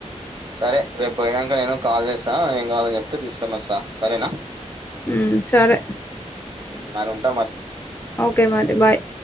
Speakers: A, on the right; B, on the left.
A: సరే రేపు బోయినక నేను కాల్ చేస్తాను ఏం కావాలని చెప్తే తీసుకొనోస్తా సరేనా
B: ఉమ్ సరే
A: ఉమ్ మరుంట మరి
B: ఓకే మరి బాయ్